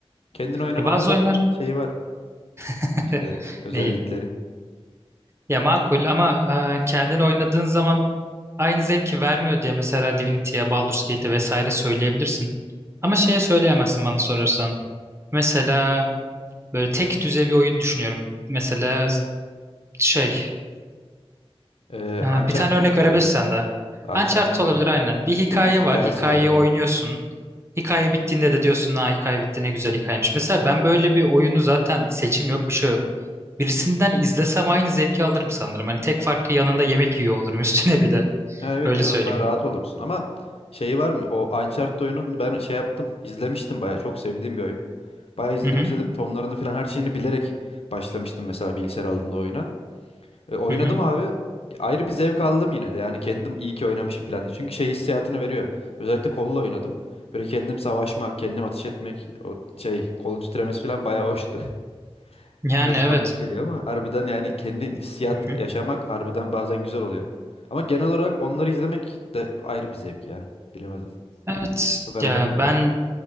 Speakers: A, on the left; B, on the right.
A: kendin oynamanın
B: E, bazı
A: da
B: oyunlar
A: şeyi var.
B: <laughs>
A: İşte özellikleri.
B: neyi? Ya makul ama e, kendin oynadığın zaman aynı zevki vermiyor diye mesela Divinity'ye, Baldur's Gate'e vesaire söyleyebilirsin. Ama şeye söyleyemezsin bana sorarsan. Mesela böyle tek düze bir oyun düşünüyorum. Mesela şey
A: Ee,
B: e,
A: Uncharted
B: bir tane örnek
A: olabilir
B: verebilirsen
A: ya.
B: de.
A: Uncharted
B: Uncharted
A: oyunu
B: olabilir
A: olabilir.
B: aynen. Bir hikaye
A: Dümdüz hikayesi
B: var. Hikayeyi
A: var aynen.
B: oynuyorsun. Hikaye bittiğinde de diyorsun ha hikaye bitti ne güzel hikayemiş. Mesela ben böyle bir oyunu zaten seçim yok bir şey yok. Birisinden izlesem aynı zevki alırım sanırım. Hani tek farkı yanında yemek yiyor olurum <laughs> üstüne bir de.
A: Ha, evet
B: Öyle
A: biraz
B: söyleyeyim.
A: daha rahat olursun ama şeyi var mı? O Uncharted oyunun ben şey yaptım. izlemiştim bayağı. Çok sevdiğim bir oyun. Bayağı izledim
B: Hı hı,
A: izledim. Sonlarını falan her şeyini bilerek başlamıştım mesela bilgisayar aldığımda oyuna. E, oynadım
B: hı hı.
A: abi. Ayrı bir zevk aldım yine de. Yani kendim iyi ki oynamışım falan diye. Çünkü şey hissiyatını veriyor. Özellikle kolla oynadım. Böyle kendim savaşmak, kendim ateş etmek, o şey kolun titremesi falan bayağı hoştu. <laughs>
B: Yani
A: Biraz
B: evet.
A: komik geliyor ama harbiden yani kendin hissiyat
B: Hı hı.
A: yaşamak harbiden bazen güzel oluyor. Ama genel olarak onları izlemek de ayrı bir zevk ya. Bilemedim.
B: Evet.
A: Çok arada
B: Ya
A: kalıyorum.
B: ben